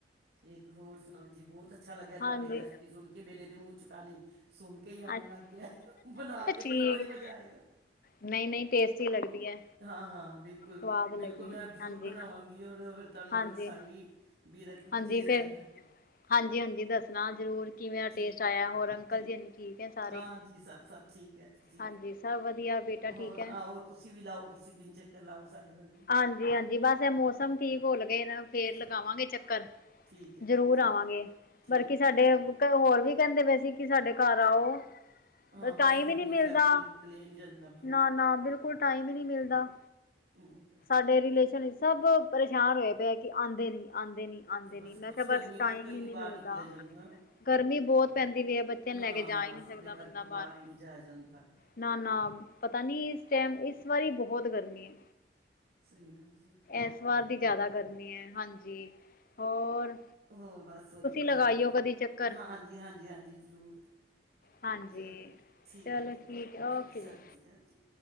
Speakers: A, on the right (about 60°); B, on the left (about 50°).
A: ਠੀਕ ਹੋਰ ਸੁਣਾਓ ਜੀ ਬਹੁਤ ਅੱਛਾ ਅੱਛਾ ਲੱਗਿਆ
B: ਹਾਂਜੀ
A: ਤੁਹਾਡੀ ਰੈਸਪੀ ਸੁਣ ਕੇ ਮੇਰੇ ਤੇ ਮੂੰਹ ਪਾਣੀ ਸੁਣ ਕਈ ਆਉਣ
B: ਅੱਛਾ
A: ਲੱਗ ਗਿਆ ਬਣਾ ਕੇ
B: ਠੀਕ
A: ਤੇ ਹੋਰ ਹੀ ਮਜ਼ਾ ਆਏਗਾ
B: ਨਹੀਂ ਨਹੀਂ ਟੇਸਟੀ ਲੱਗਦੀ ਹੈ
A: ਹਾਂ ਹਾਂ ਬਿਲਕੁਲ
B: ਸਵਾਦ ਲੱਗਦੀ
A: ਬਿਲਕੁਲ ਮੈਂ
B: ਹੈ
A: ਜਰੂਰ
B: ਹਾਂਜੀ
A: ਬਣਾਵਾਂ ਰ ਫਿਰ ਤੁਹਾਨੂੰ ਮੈਂ
B: ਹਾਂਜੀ
A: ਦੱਸਾਂਗੀ ਵੀ ਇਹਦਾ ਕੀ
B: ਹਾਂਜੀ
A: ਟੇਸਟ
B: ਫਿਰ
A: ਆਇਆ
B: ਹਾਂਜੀ ਹਾਂਜੀ ਦੱਸਣਾ ਜ਼ਰੂਰ ਕਿਵੇਂ ਦਾ
A: ਠੀਕ
B: ਟੇਸਟ ਆਇਆ ਹੋਰ ਅੰਕਲ
A: ਠੀਕ
B: ਜੀ ਹੈ ਸਾਰੇ
A: ਹਾਂਜੀ ਸਭ ਸਭ ਠੀਕ ਕਿਹਾ ਤੁਸੀਂ
B: ਹਾਂਜੀ ਸਭ ਵਧੀਆ ਬੇਟਾ
A: ਹੋਰ
B: ਠੀਕ ਹੈ
A: ਆਓ ਤੁਸੀਂ ਵੀ ਲਾਓ ਕਿਸੇ ਦਿਨ ਚੱਕਰ ਲਾਓ ਸਾਡੇ ਵੱਲ ਵੀ
B: ਹਾਂਜੀ ਹਾਂਜੀ ਬਸ ਇਹ ਮੌਸਮ ਠੀਕ ਹੋਲ ਗਏ ਫੇਰ
A: ਚ-
B: ਲਗਾਵਾਂਗੇ ਚੱਕਰ
A: ਠੀਕ ਹੈ
B: ਜ਼ਰੂਰ
A: ਜੀ ਠੀਕ
B: ਆਵਾਂਗੇ
A: ਹੈ ਠੀਕ
B: ਬਕੀ ਸਾਡੇ
A: ਠੀਕ
B: ਹੋਰ ਵੀ ਕਹਿੰਦੇ ਵਏ ਸੀ ਕਿ ਸਾਡੇ ਘਰ ਆਓ
A: ਹਾਂ ਬਸ
B: ਟਾਈਮ
A: ਗਰਮੀ
B: ਹੀ ਨਹੀਂ ਮਿਲਦਾ
A: 'ਚ ਕਰਕੇ ਨਿਕਲਿਆ ਹੀ ਨਹੀਂ ਜਾਂਦਾ ਬਾਹਰ
B: ਨਾ ਨਾ ਬਿਲਕੁਲ ਟਾਈਮ ਹੀ ਨਹੀਂ ਮਿਲਦਾ
A: <inaudible>
B: ਸਾਡੇ ਰਿਲੇਸ਼ਨ ਸਭ ਪਰੇਸ਼ਾਨ ਹੋਏ ਪਏ ਆ ਕਿ ਆਉਂਦੇ ਨ ਆਉਂਦੇ ਨੀ ਆਉਂਦੇ
A: ਤੇ ਬਸ
B: ਨੀ ਮੈਂ
A: ਕੁਛ
B: ਕਿਹਾ
A: ਗਰਮੀ
B: ਬਸ ਟਾਈਮ
A: ਕਰਕੇ
B: ਹੀ
A: ਨਹੀਂ
B: ਨੀ
A: ਬਾਹਰ
B: ਮਿਲਦਾ
A: ਨਿਕਲਿਆ ਜਾਂਦਾ ਨਾ
B: ਗਰਮੀ ਬਹੁਤ ਪੈਂਦੀ ਵੀਈ ਹੈ ਬੱਚਿਆਂ ਨੂੰ
A: ਹਾਂ
B: ਲੈ ਕੇ ਜਾ
A: ਬਸ
B: ਹੀ ਨਹੀਂ
A: ਉਹਦੇ
B: ਸਕਦਾ
A: ਕਰਕੇ
B: ਬੰਦਾ ਬਾਹਰ
A: ਹੀ ਨਹੀਂ ਜਾਇਆ ਜਾਂਦਾ
B: ਨਾ ਨਾ ਪਤਾ ਨੀ ਇਸ ਟਾਈਮ ਇਸ ਵਾਰੀ ਬਹੁਤ ਗਰਮੀ ਹੈ
A: ਸਹੀ ਗਲ
B: ਇਸ ਵਾਰ ਦੀ ਜ਼ਿਆਦਾ ਗਰਮੀ ਹੈ ਹਾਂਜੀ ਹੋਰ
A: ਹੋਰ ਬਸ ਵਧੀਆ
B: ਲਗਾਈਓ
A: ਜੀ ਤੁਸੀਂ
B: ਕਦੀ ਚੱਕਰ
A: ਹਾਂ ਹਾਂਜੀ ਹਾਂਜੀ ਹਾਂਜੀ ਜ਼ਰੂਰ
B: ਹਾਂਜੀ
A: ਚਲੋ ਠੀਕ
B: ਚਲੋ
A: ਹੈ ਜੀ
B: ਠੀਕ ਹੈ ਓਕੇ
A: ਸਤਿ
B: ਜੀ
A: ਸ਼੍ਰੀ ਅਕਾਲ ਜੀ